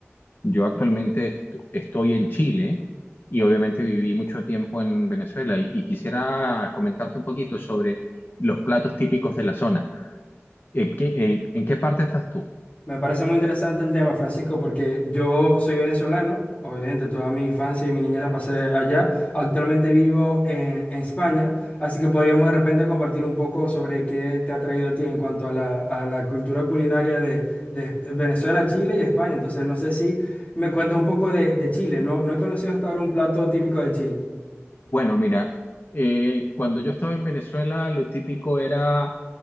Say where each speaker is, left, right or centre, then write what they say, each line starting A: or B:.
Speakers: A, on the left; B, on the left.
A: Yo actualmente est- estoy en Chile y obviamente viví mucho tiempo en Venezuela y, y quisiera comentarte un poquito sobre los platos típicos de la zona. Eh, ¿qué- eh, ¿en qué parte estás tú?
B: Me parece muy interesante el tema, Francisco, porque yo soy venezolano, obviamente toda mi infancia y mi niñez la pasé allá, actualmente vivo en, en España, así que podríamos de repente compartir un poco sobre qué te ha traído a ti en cuanto a la, a la cultura culinaria de, de Venezuela, Chile y España. Entonces, no sé si me cuentas un poco de, de Chile, ¿no? No he conocido hasta ahora un plato típico de Chile.
A: Bueno, mira, eh, cuando yo estaba en Venezuela, lo típico era,